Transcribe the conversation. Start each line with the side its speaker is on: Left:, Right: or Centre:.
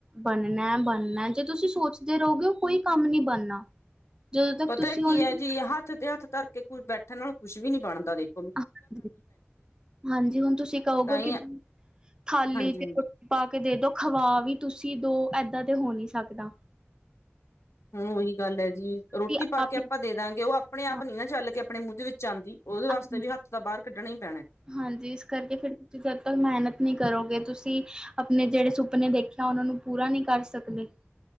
Right: ਬਣਨਾ ਬਣਨਾ ਜੇ ਤੁਸੀਂ ਸੋਚਦੇ ਰਹੋਗੇ ਉਹ ਕੋਈ ਕੰਮ ਨੀ ਬਣਨਾ ਜਦੋਂ ਤੱਕ
Left: ਪਤਾ
Right: ਤੁਸੀਂ
Left: ਕੀ
Right: ਉਹਨੂੰ
Left: ਹੈ ਜੀ ਹੱਥ ਤੇ ਹੱਥ ਧਰ ਕੇ ਕੁ ਬੈਠਣ ਨਾਲ ਕੁੱਛ ਵੀ ਨੀ ਬਣਦਾ ਦੇਖ
Right: ਹਾਂਜੀ ਹਾਂਜੀ ਹੁਣ ਤੁਸੀਂ ਕਹੋਗੇ
Left: ਤਾਂ ਈ
Right: ਕਿ ਖਾਲੀ
Left: ਹਾਂਜੀ-ਹਾਂਜੀ।
Right: ਤੇ ਪਾ ਕੇ ਦੇ ਦੋ ਖਵਾ ਵੀ ਤੁਸੀਂ ਦੋ ਏਦਾਂ ਤੇ ਹੋ ਨਹੀਂ ਸਕਦਾ
Left: ਹੁਣ ਉਹੀ ਗੱਲ ਹੈ ਜੀ ਰੋਟੀ
Right: ਕਿ
Left: ਪਾ
Right: ਆਪ
Left: ਕੇ ਆਪਾਂ
Right: ਹੀ
Left: ਦੇ ਦਾਂਗੇ ਉਹ ਆਪਣੇ ਆਪ
Right: ਹਾਂ,
Left: ਨਹੀਂ ਚੱਲ ਕੇ ਆਪਣੇ ਮੂੰਹ ਦੇ ਵਿੱਚ ਆਉਂਦੀ ਉਹਦੇ ਵਾਸਤੇ
Right: ਹਾਂਜੀ,
Left: ਵੀ ਹੱਥ ਤਾਂ ਬਾਹਰ ਕੱਢਣਾ ਹੀ ਪੈਣੇ
Right: ਹਾਂਜੀ ਇਸ ਕਰਕੇ ਫਿਰ ਤੁਸੀਂ ਜਦ ਤੱਕ ਮਿਹਨਤ ਨਹੀਂ ਕਰੋਗੇ ਤੁਸੀਂ ਆਪਣੇ ਜਿਹੜੇ ਸੁਪਨੇ ਦੇਖੇ ਉਹਨਾਂ ਨੂੰ ਪੂਰਾ ਨਹੀਂ ਕਰ ਸਕਦੇ